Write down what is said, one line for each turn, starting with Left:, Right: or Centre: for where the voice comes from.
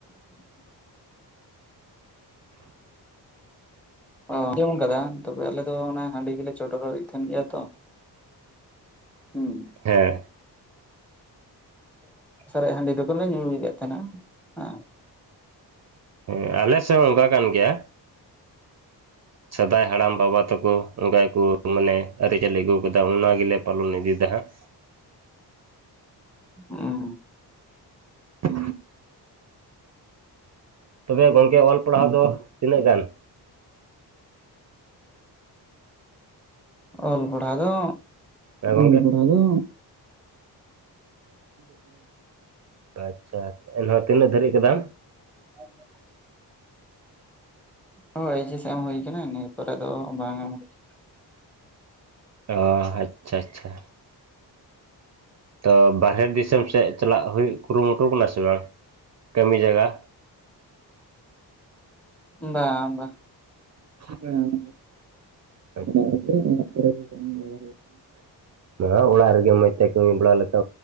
Centre: <unintelligible> ᱚ ᱟᱸᱡᱚᱢ ᱠᱟᱫᱟ ᱛᱚᱵᱮ ᱟᱞᱮ ᱫᱚ ᱚᱱᱟ ᱦᱟᱺᱰᱤ ᱜᱮᱞᱮ ᱪᱚᱰᱚᱨᱮᱫ ᱠᱟᱱ ᱜᱮᱭᱟ ᱛᱚ, ᱦᱩᱸ
Right: ᱦᱮᱸ
Centre: ᱥᱟᱨᱮᱪ ᱦᱟᱺᱰᱤ ᱫᱚᱠᱚ ᱞᱮ ᱧᱩᱭᱮᱫ ᱛᱟᱸᱦᱮᱸᱱᱟ ᱦᱮᱸ
Right: ᱦᱮᱸ ᱟᱞᱮ ᱥᱮᱫ ᱦᱚᱸ ᱚᱱᱠᱟ ᱠᱟᱱ ᱜᱮᱭᱟ᱾ ᱥᱟᱫᱟᱭ ᱦᱟᱲᱟᱢ ᱵᱟᱵᱟ ᱛᱟᱠᱚ ᱚᱝᱠᱟ ᱜᱮᱠᱚ ᱢᱟᱱᱮ ᱟᱹᱨᱤᱪᱟᱹᱞᱤ ᱟᱹᱜᱩ ᱠᱟᱫᱟ ᱚᱱᱟ ᱜᱮ ᱜᱮᱞᱮ ᱯᱟᱞᱚᱱ ᱤᱫᱤᱫᱟ ᱦᱟᱸᱜ᱾
Centre: ᱦᱩᱸ᱾
Right: ᱩᱸ᱾ ᱛᱚᱵᱮ ᱜᱚᱝᱠᱮ ᱚᱞ ᱯᱟᱲᱦᱟᱣ ᱫᱚ ᱛᱤᱱᱟᱹᱜ ᱜᱟᱱ?
Centre: ᱚᱞ ᱯᱟᱲᱦᱟᱣ ᱫᱚ
Right: ᱦᱮᱸ ᱜᱚᱢᱠᱮ ᱚᱞᱚᱜ ᱯᱟᱲᱦᱟᱣ ᱫᱚ ᱟᱪᱪᱷᱟ ᱮᱱᱦᱚᱸ ᱛᱤᱱᱟᱹᱜ ᱫᱷᱟᱹᱨᱤᱪ ᱠᱟᱫᱟᱢ?
Centre: <unintelligible> ᱦᱚ ᱮᱭᱤᱪ ᱮᱥ ᱮᱢ ᱦᱩᱭ ᱠᱟᱱᱟ ᱤᱱᱟᱹ ᱯᱚᱨᱮ ᱫᱚ ᱵᱟᱝᱼᱟ ᱮᱢ ᱦᱩᱭ ᱠᱟᱱᱟ᱾
Right: ᱚ ᱟᱪᱪᱷᱟ ᱪᱷᱟ᱾ ᱛᱚ ᱵᱟᱦᱮᱨ ᱫᱤᱥᱚᱢ ᱥᱮᱫ ᱪᱟᱞᱟᱜ ᱦᱩᱭᱩᱜ ᱠᱩᱨᱩᱢᱩᱴᱩ ᱠᱟᱱᱟ ᱥᱮ ᱵᱟᱝ? ᱠᱟᱹᱢᱤ ᱡᱟᱜᱟ
Centre: ᱵᱟᱝ ᱵᱟ᱾
Right: ᱵᱟᱝ ᱵᱟᱝ ᱚᱲᱟᱜ ᱨᱮᱜᱮ ᱚᱲᱟᱜ ᱠᱚᱨᱮ ᱠᱟᱹᱢᱤ ᱵᱟᱲᱟ ᱦᱩᱭᱩᱜ ᱠᱟᱱᱟ᱾ ᱱᱚᱣᱟ ᱚᱲᱟᱜ ᱨᱮᱜᱮ ᱢᱚᱡ ᱛᱮ ᱠᱟᱹᱢᱤ ᱵᱟᱲᱟ ᱞᱮᱠᱟ